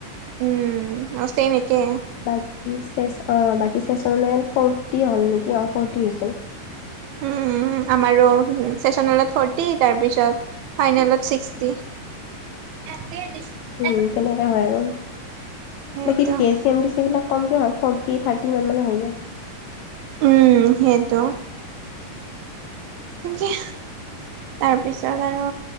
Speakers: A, on the right (about 80°); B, on the left (about 80°).
A: উম আছে নেকি?
B: বাকী চেচ অ বাকী চেচ‌ হ'ল নাই ফৰ্তী হ'ল নেকি অ ফৰ্তী হৈছিল
A: উম আমাৰো ছেচনেলত ফ'ৰ্টি তাৰ পিছত ফাইনেলত চিস্কটি একে দিছি
B: উম তেনেকে হয় আৰু
A: সেইটো
B: বাকি V A C M T C বিলাক কমকে হয় ফৰ্টি থাৰ্টি ইমান মানৰ হৈ যায়।
A: উম সেইটো তাকে তাৰপিছত আৰু